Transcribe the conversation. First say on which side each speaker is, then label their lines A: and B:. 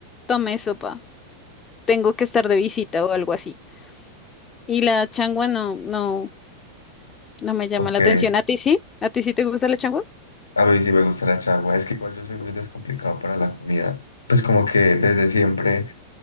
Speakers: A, on the left (about 20°); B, on the left (about 75°).
A: tome sopa. Tengo que estar de visita o algo así. Y la changua no, no, no me llama
B: Ok,
A: la
B: a
A: atención. ¿A ti sí? ¿A ti sí te gusta la changua?
B: mí sí me gusta la changua. Es que igual yo soy muy descomplicado para la comida. Pues como que desde siempre